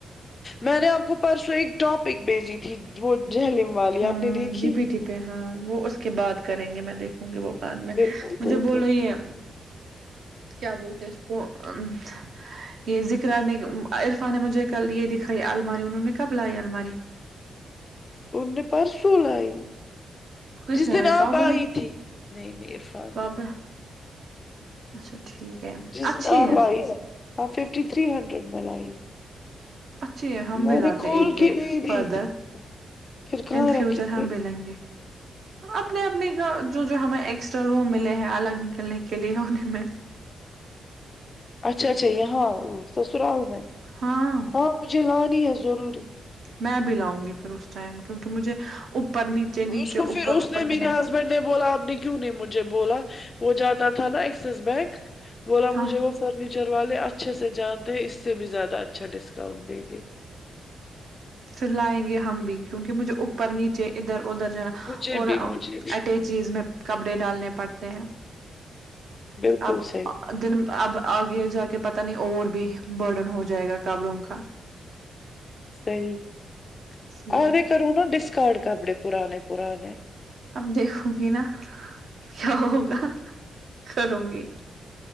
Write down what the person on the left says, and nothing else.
میں نے آپ کو پرسوں ایک ٹاپک بھیجی تھی وہ جہلم والی
آپ نے دیکھی
بالکل
بالکل
ان نے پرسوں لائی
جس
دن
آپ آئی
تھی نہیں نہیں عرفان
ہے
ج
آپ
آئی ہاں ففٹی تھری ہنڈریڈ میں لائی
میں
نے کھول
کے
نہیں دی
تھی پھر کہاں
رکھیں
گے
اچھا اچھا یہاں سسرال میں
ہاں مجھے لانی ہے ضروری
اس کو پھر
اس
نے میرے
ہسبینڈ نے بولا آپ نے کیوں نہیں مجھے بولا وہ جاتا تھا نا ایکسس بینک بولا
مجھے وہ فرنیچر والے اچھے سے جانتے ہیں اس سے بھی زیادہ اچھا ڈسکاؤنٹ دیں گے
مجھے
بھی
مجھے بھی
بالکل
صحیح
صحیح
آگے کروں نہا ڈسکارڈ کپڑے پرانے پرانے